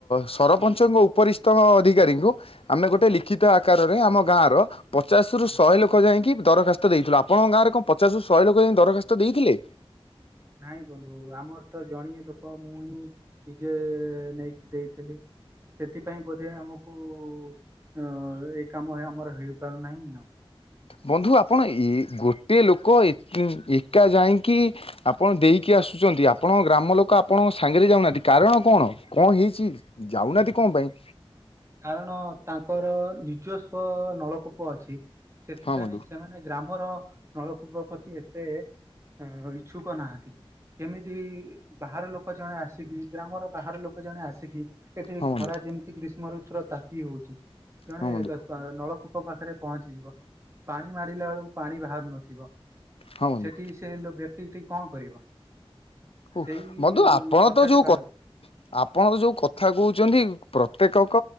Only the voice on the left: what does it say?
ସରପଞ୍ଚଙ୍କୁ ଉପରିସ୍ଥ ଅଧିକାରୀଙ୍କୁ ଆମେ ଗୋଟେ ଲିଖିତ ଆକାରରେ ଆମ ଗାଁ ଗାଁର ପଚାଶରୁୁ
ଶହେ ଲୋକ ଯାଇଁକି ଦରଖାସ୍ତ ଦେଇଥିଲୁ ଆପଣଙ୍କ ଗାଁରେ କଣ? ପଚାଶରୁ ଶହେ ଲୋକ ଯାଇକିଁ ଦରଖାସ୍ତ ଦେଇଥିଲେ?
ବନ୍ଧୁ ଆପଣ ଇ ଗୋଟେ ଲୋକ ଏକା ଯାଇଁକି ଆପଣ ଦେଇକି ଆ ଆସୁଚନ୍ତି ଆପଣଙ୍କ ଗ୍ରାମ ଲୋକ ଆପଣଙ୍କ ସାଙ୍ଗରେ ଯାଉନାହାନ୍ତି କାରଣ କଣ କଣ ହେଇଛି ଯାଉନାହାନ୍ତି କଣ ପାଇଁ।
ହଁ ବନ୍ଧୁ
ହଁ ବନ୍ଧୁ
ହଁ ବନ୍ଧୁ
ହଁ ବନ୍ଧୁ।
ହୁଁ
ବଧୁ ଆପଣ
ତ ଯୋଉ
ଆପଣ ଯୋଉ କଥା କହୁଚିନ୍ତି ପ୍ର ପ୍ରତ୍ୟେକଙ୍କ